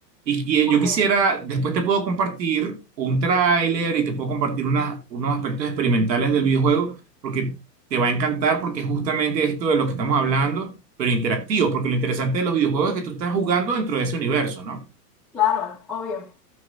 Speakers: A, on the right; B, in the centre.
A: Y que
B: ok,
A: yo quisiera, después te puedo compartir un tráiler y te puedo compartir unas- unos aspectos experimentales del videojuego porque te va a encantar porque es justamente esto de lo que estamos hablando, pero interactivo, porque lo interesante de los videojuegos es que tú estás jugando dentro de ese universo, ¿no?
B: claro, obvio.